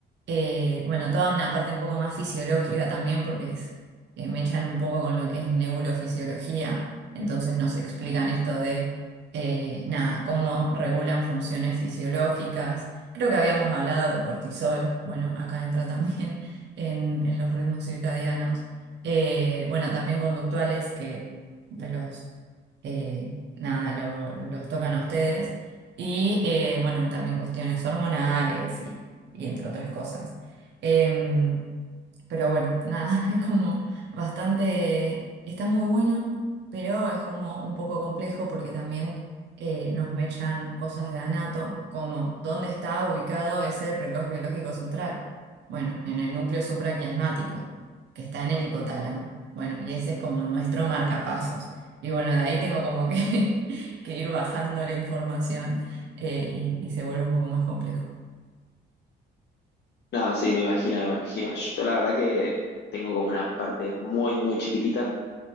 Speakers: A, on the right (about 60°); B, on the left (about 60°).
A: Eh, bueno, toda una parte un poco más fisiológica también, porque es, eh, me echan un poco con lo que es neurofisiología, entonces nos explican esto de, eh, nada, cómo regulan funciones fisiológicas. Creo que habíamos hablado de cortisol, bueno, acá entra también <laughs> en, en los ritmos circadianos. Eh, bueno, también conductuales que de los, eh, nada, lo- los tocan a ustedes. Y eh, bueno, también cuestiones hormonales y, y entre otras cosas. Em, pero bueno, nada, <laughs> es como bastante, está muy bueno, pero es como un poco complejo porque también eh, nos mechan cosas de anato, como dónde está ubicado ese reloj biológico central. Bueno, en el núcleo supraquiasmático, que está en el hipotálamo. Bueno, y ese es como nuestro marcapasos. Y bueno, de ahí tengo como que, <laughs> que ir bajando la información eh, y y se vuelve un poco más complejo.
B: No, sí, me imagino, me imagino. Yo la verdad que tengo como una parte muy, muy chiquitita.